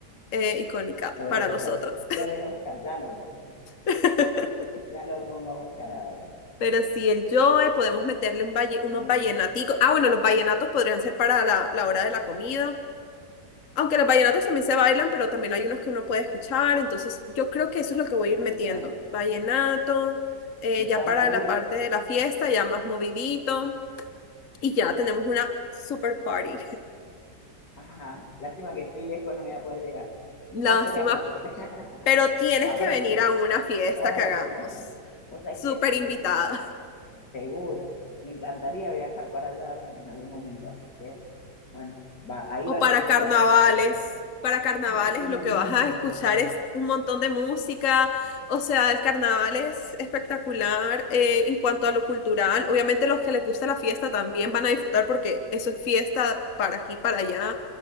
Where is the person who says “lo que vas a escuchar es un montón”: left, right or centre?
Left